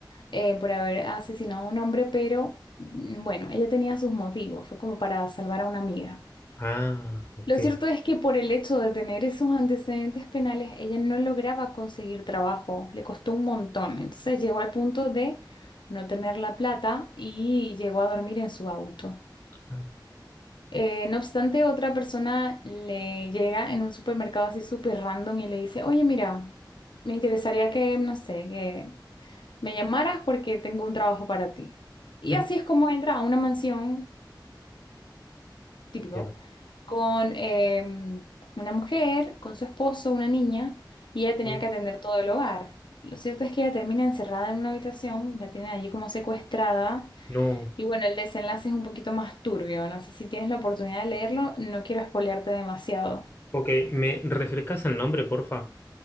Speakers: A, on the left (about 75°); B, on the left (about 25°).
A: eh, por haber asesinado a un hombre, pero mm, bueno, ella tenía sus motivos, fue como para salvar a una amiga.
B: Ah, ok.
A: Lo cierto es que por el hecho de tener esos antecedentes penales, ella no lograba conseguir trabajo, le costó un montón. Entonces llegó al punto de no tener la plata y llegó a dormir en su auto.
B: Ah,
A: Eh, no obstante, otra persona le llega en un supermercado así súper random y le dice, oye, mira, me interesaría que, no sé, que me llamaras porque tengo un trabajo para ti. Y
B: mm,
A: así es como entra a una mansión típico,
B: bien.
A: con em, una mujer, con su esposo, una niña, y ella tenía
B: Mm,
A: que atender todo el hogar. Lo cierto es que ella termina encerrada en una habitación, la tienen allí como secuestrada,
B: No,
A: y bueno, el desenlace es un poquito más turbio. No sé si tienes la oportunidad de leerlo, no quiero espolearte demasiado.
B: ok, ¿me refrescas el nombre, porfa?